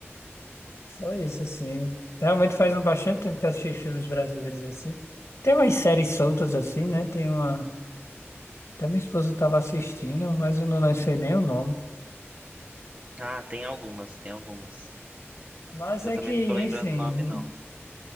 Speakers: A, on the left; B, on the right.
A: Só isso, assim. Realmente faz um bastante tempo que eu assisti filmes brasileiros assim. Tem umas séries soltas assim, né? Tem uma. Até minha esposa estava assistindo, mas eu não sei nem o nome.
B: Ah, tem algumas, tem algumas.
A: Mas
B: Eu
A: é
B: também
A: que,
B: não tô lembrando
A: enfim.
B: o nome, não.